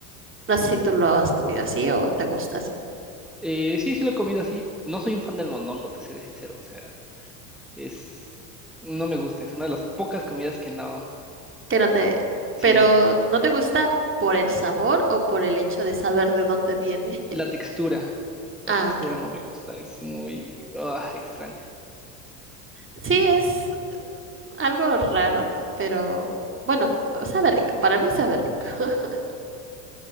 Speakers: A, on the right (about 25°); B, in the centre.
A: No sé si tú lo has comido así o te gusta así.
B: Eh, sí, sí lo he comido así, no soy un fan del mondongo, te seré sincero, o sea, es, no me gusta, es una de las pocas comidas que no,
A: Que no te,
B: sí.
A: pero no te gusta por el sabor o por el hecho de saber de dónde viene. <laughs>
B: La textura, la
A: Ah,
B: textura
A: ok.
B: no me gusta, es muy ah, extraña.
A: Sí, es eh, algo raro, pero bueno, sabe rico. Para mí sabe rico. <laughs>